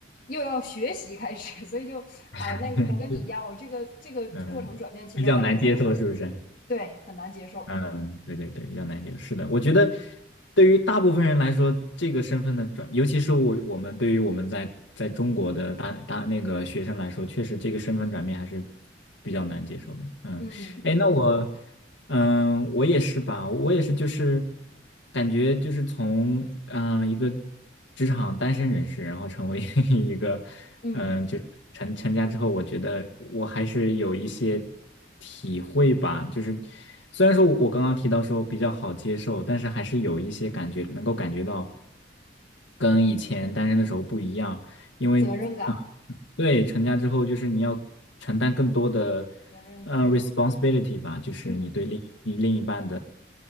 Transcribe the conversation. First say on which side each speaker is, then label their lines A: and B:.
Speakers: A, on the left; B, on the left.
A: 又要学习开始，<laughs> 所以就哎，
B: <laughs>
A: 那个时候我跟你一样，我这个这个过程转变其实还挺难的，
B: 嗯，比较难接受是不是？
A: 对，很难接受。
B: 嗯，对对对，比较难接受。是的，我觉得对于大部分人来说，这个身份的转，尤其是我我们对于我们在在中国的大大那个学生来说，确实这个身份转变还是比较难接受的。嗯。
A: 嗯
B: 哎，那我，嗯，我也是吧，我也是，就是感觉就是从嗯、呃一个职场单身人士，然后成为 <laughs> 一个
A: 嗯，
B: 嗯、呃就成成家之后，我觉得我还是有一些体会吧。就是虽然说我刚刚提到说比较好接受，但是还是有一些感觉能够感觉到跟以前单身的时候不一样，因为。
A: 责任感，
B: 呃对，成家之后就是你要承担更多的，
A: 责任，
B: 呃，responsibility 吧，就是你对另你另一半。
A: 嗯，